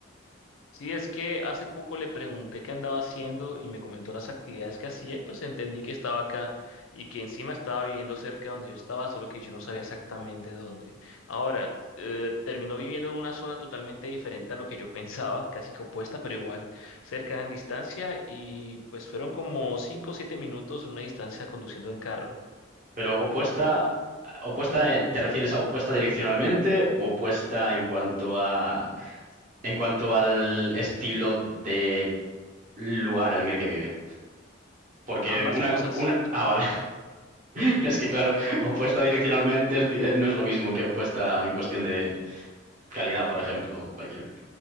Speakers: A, on the left; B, on the right.
A: Sí, es que hace poco le pregunté qué andaba haciendo y me comentó las actividades que hacía y pues entendí que estaba acá y que encima estaba viviendo cerca de donde yo estaba, solo que yo no sabía exactamente dónde. Ahora, eh, terminó viviendo en una zona totalmente diferente a lo que yo <laughs> pensaba, casi que opuesta, pero igual cerca en distancia y pues fueron como cinco o siete minutos en una distancia conduciendo en carro.
B: Pero opuesta, opuesta, eh, ¿te refieres a opuesta direccionalmente o opuesta en cuanto a, en cuanto al estilo de lugar en el que vive? Porque
A: Ambas
B: una,
A: cosas.
B: una, ah, vale. <laughs> Es que claro, opuesta direccionalmente es di- eh, no es lo mismo que opuesta en cuestión de calidad, por ejemplo, o cualquier.